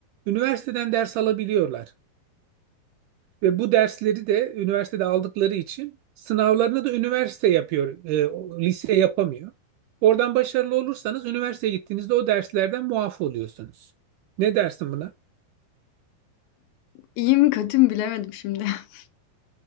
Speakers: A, on the right (about 85°); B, on the left (about 80°).
A: üniversiteden ders alabiliyorlar. Ve bu dersleri de üniversitede aldıkları için sınavlarını da üniversite yapıyor, e, o- lise yapamıyor. Oradan başarılı olursanız üniversiteye gittiğinizde o derslerden muaf oluyorsunuz. Ne dersin buna?
B: İyi mi kötü mü bilemedim şimdi. <laughs>